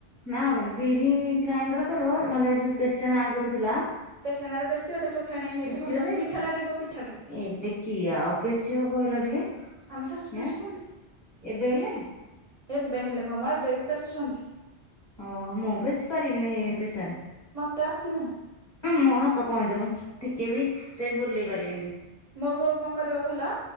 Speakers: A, on the left; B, on the right.
A: ନା ହବନି ବିରି ଗ୍ରାଇଣ୍ଡର କରିବ ନହେଲେ ଯୋଉ ପେସାଣ ଆଗରୁ ଥିଲା।
B: ପେସାଣରେ ପେେଶିବ ଦେଖିବ ଫେଣେଇ ହେଇକି
A: ପେଶିବ
B: ଭଲ
A: ଯେ
B: ମିଠା ଲାଗିବ ପିଠା ଟା।
A: ଏବେ କିଏ ଆଉ ପେଶିବ କହିଲ ଟିକେ
B: ଆମ ଶାଶୁ ପେଶୁଛନ୍ତି
A: ହେଁ ଏବେ ହେଲେ।
B: ଏବେ ହେଲେ ଘ ମା ଏବେବି ପେଶୁଛନ୍ତି।
A: ଓହୋ ମୁଁ ପେଶି ପାରିବିନି ହେ ପେଶାରେ।
B: ମୋତେ ଆସିନି।
A: ଉହୁଁ ମୋ ହାତ କଣ ହେଇଯିବ ମୁଁ ଟିକେ ବି ହେଥିରେ ବୁଲେଇ ପାରିବିନି।
B: ମୋ ବୋଉ କଣ କରିବ କହିଲ